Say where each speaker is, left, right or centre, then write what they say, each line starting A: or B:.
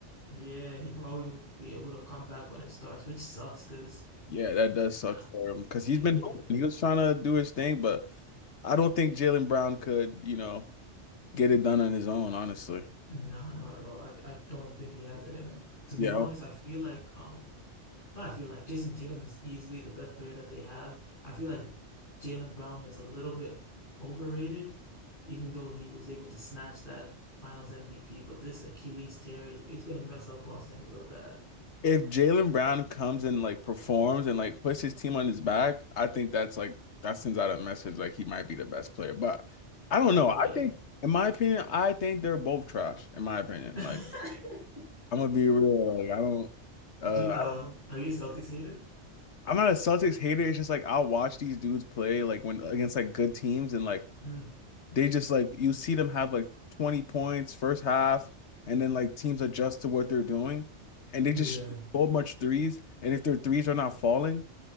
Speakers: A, on the left (about 45°); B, on the left (about 70°).
A: yeah, he probably won't be able to come back when it starts, which sucks. Cause
B: Yeah, that does suck
A: uh,
B: for him because he's
A: yeah,
B: been hooping. He was trying to do his thing, but I don't think Jalen Brown could, you know, get it done on his own, honestly.
A: nah, not at all. I I don't think he has it in him. To be
B: Yeah.
A: honest, I feel like um. No, I feel like Jason Tatum is easily the best player that they have. I feel like Jaylen Brown is a little bit overrated, even though he was able to snatch that Finals MVP. But this Achilles tear is, is going to mess up Boston real bad.
B: If Jalen Brown comes and like performs and like puts his team on his back, I think that's like that sends out a message like he might be the best player. But
A: Yeah.
B: I don't know. I think in my opinion, I think they're both trash, in my opinion.
A: <laughs>
B: Like I'm gonna be real. Like I don't uh
A: Do um,
B: I don't,
A: are you a Celtics hater?
B: I'm not a Celtics hater. It's just like I'll watch these dudes play like when against like good teams and like
A: Mm,
B: they just like you see them have like 20 points first half, and then like teams adjust to what they're doing, and they
A: yeah,
B: just shoot so much threes. And if their threes are not falling,